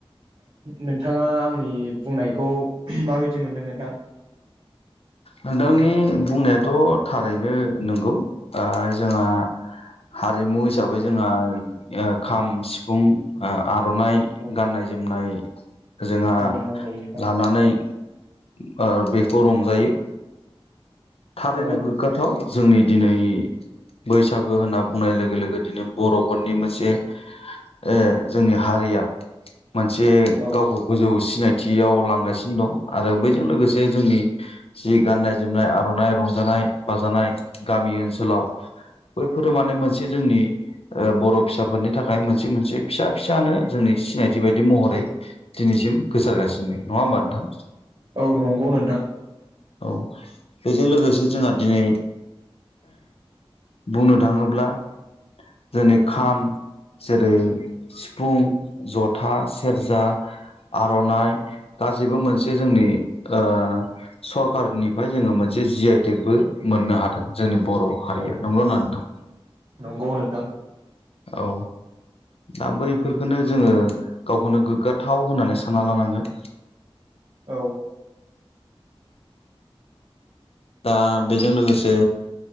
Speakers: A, on the right; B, on the left.
A: नोंथाङा आंनि बुंनायखौ माबायदि मोनदों नोंथां?
B: नोंथांनि बुंनायाथ' थारैनो नोंगौ ओ जोंहा हारिमु हिसाबै जोंहा ओ खाम, सिफुं ओ आर'नाइ,
A: औ
B: गाननाय-जोमनाय जोंहा
A: औ नांगौ नोंथां
B: लानानै ओ बेखौ रंजायो। थारैनो
A: औ
B: गोग्गाथाव जोंनि दिनै बैसागो होनना बुंनाय लोगो लोगो दिनै बर'फोरनि मोनसे ओ जोंनि हारिया मोनसे
A: औ
B: गावखौ गोजौ सिनाय थियाव लांगासिनो दं आरो बैजों लोगोसे जोंनि जि गाननाय-जोमनाय आर'नाइ रंजानाय-बाजानाय गामि ओनसोलाव बैफोर माने मोनसे जोंनि ओ बर' फिसाफोरनि थाखाय मोनसे मोनसे फिसा फिसानो जोंनि सिनायथि बायदि महरै दिनैसिम गोसारगासिनो। नङा होमबा नोंथां?
A: औ नंगौ नोंथां
B: औ बेजों लोगोसे जोंहा दिनै बुंनो थाङोब्ला जोंनि खाम जेरै सिफुं, जथा, सेरजा, आर'नाइ गासैबो मोनसे जोंनि ओ सरकारनिफ्राय जोङो मोनसे जि आइ टेकबो मोननो हादों। जोंनि बर' हारिया
A: औ
B: नंगौ ना नङा नोंथां?
A: नंगौ नोंथां
B: औ दा बैफोरखौनो जोङो गावखौनो गोग्गाथाव होननानै सानना लानांगोन।
A: औ।
B: दा बेजों लोगोसे